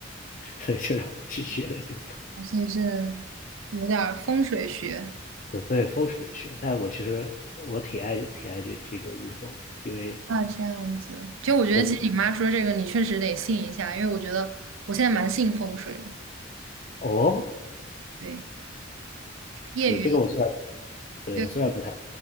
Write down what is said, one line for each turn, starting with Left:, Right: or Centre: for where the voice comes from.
Left: <laughs> 所以就让我去学了游泳。
Right: 所以是有点儿风水学
Left: 对对风水学，但我其实我挺爱挺爱这这个运动的，因为
Right: 啊，这样子。其实我觉得，
Left: 我
Right: 其实你妈说这个，你确实得信一下，因为我觉得我现在蛮信风水的。
Left: 哦，
Right: 对，业余。
Left: 对这个我虽然对我虽然不太
Right: 对。